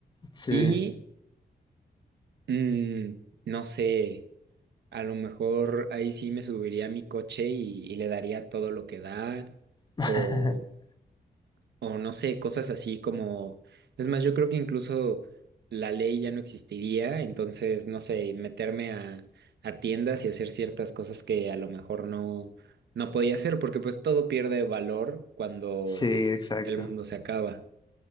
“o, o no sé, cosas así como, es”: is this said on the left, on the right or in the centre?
Right